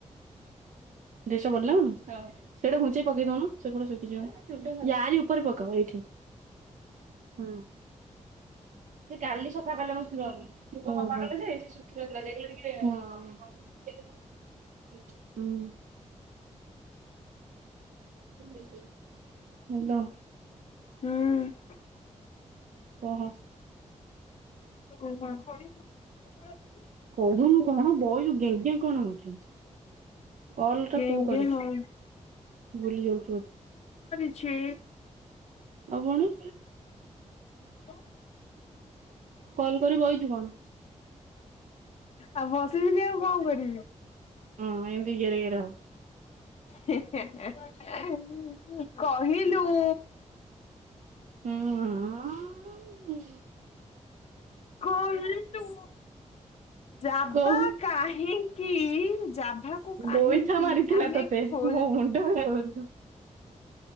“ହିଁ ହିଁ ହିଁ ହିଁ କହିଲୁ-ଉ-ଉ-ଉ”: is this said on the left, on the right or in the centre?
Left